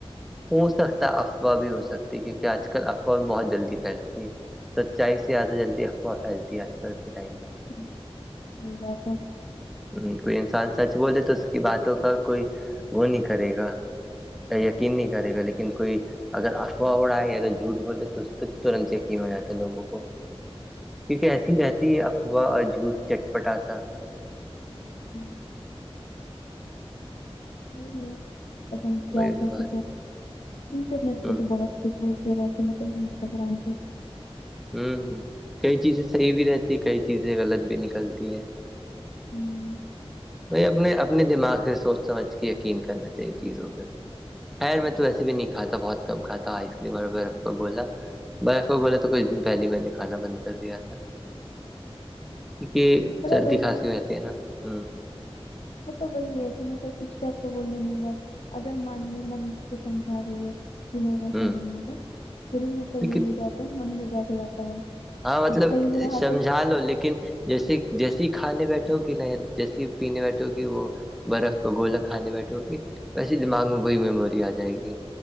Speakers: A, in the centre; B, on the left.
A: ہو سکتا افواہ بھی ہو سکتی ہے کیونکہ آج کل افواہ بھی بہت جلدی پھیلتی سچائی سے زیادہ جلدی افواہ پھیلتی ہے آج کل کے ٹائم پہ تو
B: ہ وہ بات ہے
A: ہ کوئی انسان سچ بولے تو کی باتوں کا کوئی وہ نہیں کرے گا یقین نہیں کرے گا لیکن کوئی اگر افواہ اڑا ہے یا توگر جھوٹ بولے تو اس پہ ترنت یقین ہو جاتا ہے لوگوں کو کیونکہ ایسی ہی رہتی ہے افواہ اور جھوٹ چٹپٹاسا
B: ہوں
A: <unintelligible>
B: یہ ہے پ نہیں کیاتا
A: وہی تو بات
B: کیا انٹرنیٹ
A: ہ
B: پہ تو بہت انسٹا گگرام پہ
A: ہوں ہ کئی چیزیں صحیح بھی رہتی ہے کئی چیزیں غلط بھی نکلتی ہے
B: ہوں
A: ب اپنے اپنے دماغ سے سوچ سمجھ کے یقین کرنا چاہیے چیزوں پہ خیر میں تو و ایسے بھی نہیں کھا بہت کھا تھا آئس کریم اور برف کا گولا برق کو بولاے تو کچھ دن پہلے میں نے کھانا بند کر دیا تھا کیونکہ
B: مطلب
A: سردی
B: وہی
A: خھاسی ہو جاتی ہے نا ہ
B: وہ توب وہی ہے مطلب کس ٹائپ کو بولنے نہیں بار اگر مان بھی من کو سمجھا رہیے ج نہیں ایسا
A: ہ
B: نہیں ہوتا فلم میں تو
A: لیکن
B: یہ ہو جاتا ہے من میں بیٹھ جاتا ہے
A: ہاں مطلب
B: پھر صحیح میں رہا
A: سمجھا
B: تو
A: لو لیکن جیسی جیسی کھانے بیٹھو گی نہ یا جیسی پینے بیٹھو گی وہ برف کو گولا کھانے بیٹھ ہو گی ویسے دماغ میں وہی میموری آ جائے گی